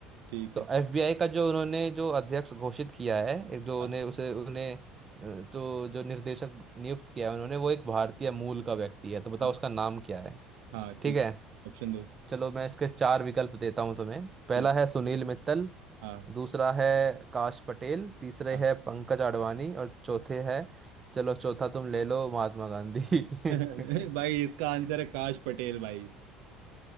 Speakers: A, on the right; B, on the right.
A: ठीक
B: तो
A: है
B: एफबीआई का जो उन्होंने जो अध्यक्ष घोषित किया है एक जो
A: हाँ
B: उन्हें उसे उन्हें अ, तो जो निर्देशक नियुक्त किया है उन्होंने वो एक भारतीय मूल का व्यक्ति है तो बताओ
A: हाँ
B: उसका नाम क्या है
A: हाँ, ठीक
B: ठीक है
A: है ऑप्शन दो
B: चलो मैं इसके चार विकल्प देता हूँ तुम्हें पहला
A: ठीक
B: है सुनील मित्तल
A: हाँ
B: दूसरा है काश पटेल तीसरे
A: हाँ
B: है पंकज आडवाणी और चौथे है चलो चौथा तुम ले लो महात्मा गांधी <laughs>
A: <laughs> भाई इसका आंसर है काश पटेल भाई